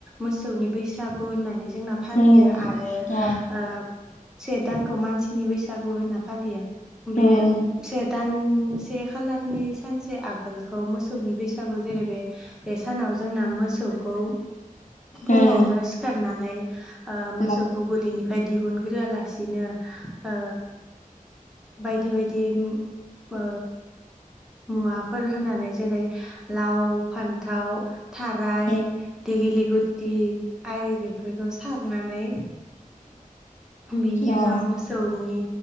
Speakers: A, in the centre; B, on the left (about 60°).
A: मोसौनि बैसागु होननानै जोंना फालियो
B: उम
A: आरो
B: अ
A: ओ से दानखौ मानसिनि बैसागु होनना फालियो बे
B: उम
A: से दान ओम से खालारनि सानसे आगोलखौ मोसौनि बैसा सागु जेरै बे बे सानाव जोंना मोसौखौ फुङावनो
B: उम
A: सिखारनानै <inaudible> ओ
B: अ
A: मोसौखौ गुलिनि फाय दिहुन ग्रोआ लासिनो ओ बायदि बायदि ओ मुवाफोर होनानै जेरै लाव फान्थाव थाराय
B: उम
A: देगिलि गुटि आरि बेफोरखौ सारनानै बिनि
B: अ
A: उनाव मोसौनि